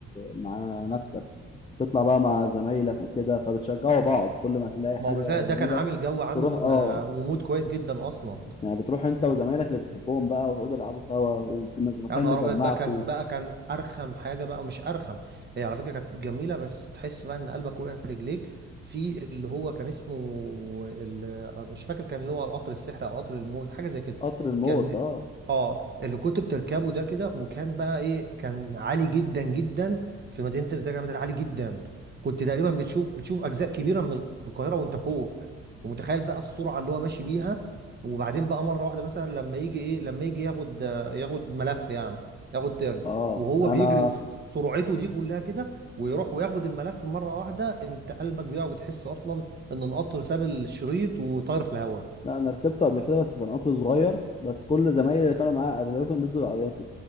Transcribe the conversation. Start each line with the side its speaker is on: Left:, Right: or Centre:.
Left: مع نفسك تطلع بقى مع زمايلك وكده فبتشجعوا بعض كل ما تلاقي حاجة
Right: ما هو بالفعل ده
Left: جديدة
Right: كان عامل جو عام
Left: تروح اه
Right: آه، ومود كويس جدا اصلا
Left: يعني بتروح انت وزمايلك اللي بتحبهم بقى وتقعدوا تلعبوا سوا ومكان
Right: يا نهار
Left: مجمعكم
Right: ابيض بقى كان بقى كان ارخم حاجه بقى مش ارخم هي على فكره كانت جميله بس تحس بقى ان قلبك وقع في رجليك في اللي هو كان اسمه ال- مش فاكر كان اللي هو القطر السحر او قطر الموت حاجه زي كده
Left: قطر الموت
Right: كان
Left: اه
Right: اه اللي كنت بتركبه ده كده وكان بقى ايه كان عالي جدا جدا في مدينه الدجا ده عالي جدا كنت تقريبا بتشوف بتشوف اجزاء كبيره من القاهره وانت فوق ومتخيل بقى السرعه اللي هو ماشي بيها وبعدين بقى مره واحده مثلا لما يجي ايه لما يجي ياخد ياخد ملف يعني ياخد ترن
Left: اه
Right: وهو
Left: انا
Right: بيجري في سرعته دي كلها كده ويروح وياخد الملف مرة واحدة انت قلبك بيقع وبتحس اصلا ان القطر ساب الشريط وطاير في الهواء
Left: لا انا ركبته قبل كده بس كان قطر صغير بس كل زمايلي اللي كانوا معايا اغلبيتهم نزلوا يعيطوا